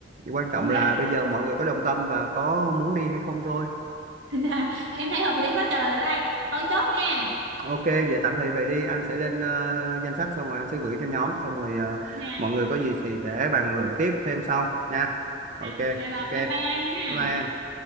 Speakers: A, on the right; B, on the right.
A: Thì quan trọng là
B: dạ,
A: bây giờ mọi người có đồng tâm và có muốn đi hay không thôi
B: dạ. Em thấy hợp lý quá trời rồi đây. Thôi chốt nha.
A: Ok, vậy tạm thời vậy đi, anh sẽ lên ờ, danh sách xong rồi anh sẽ gửi cho nhóm, xong rồi ờ,
B: Dạ,
A: mọi người có gì thì sẽ bàn luận tiếp thêm sau nha. Ok,
B: dạ, dạ rồi,
A: ok. Bye
B: bye bye anh nha.
A: bye em.